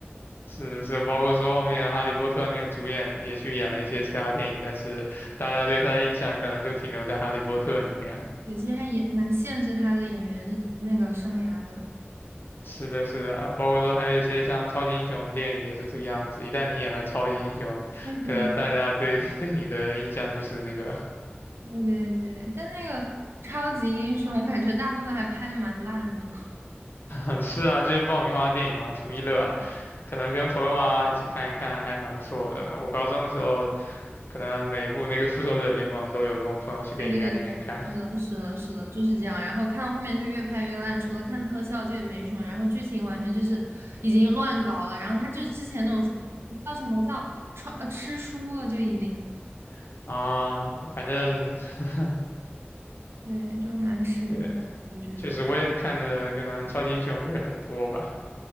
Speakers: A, on the left (about 60°); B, on the right (about 80°).
A: 是的是，包括说后面《哈利波特》那个主演也去演了一些其他电影，但是大家对他的印象可能就停留在《哈利波特》里面。
B: 对，其实还也蛮限制他的演员那个生涯的。
A: 是的，是的，啊包括说还有一些像超级英雄电影也是这个样子。一旦你演了超级英雄，
B: 对对
A: 可能大家对 <laughs> 对你的印象就是那个，
B: 对对对，但那个超级英雄，我感觉大部分还拍的蛮烂的。
A: <laughs> 是啊，就是爆米花电影嘛，图一乐。可能跟朋友啊一起看一看，还蛮不错的。我高中的时候，可能每一部那个《复仇者联盟》都有跟我朋友去电影院里面看
B: 对对对，是的，是的，是的，就是这样。然后看到后面就越拍越烂，除了看特效，就也没什么。然后剧情完全就是已经乱搞了。然后他就是之前那种叫什么叫穿呃吃书了，就已经
A: <laughs> 啊，反正 <laughs>
B: 对，就蛮神经，
A: 对，
B: 我觉得
A: 确实我也看的可能超级英雄不是很多吧，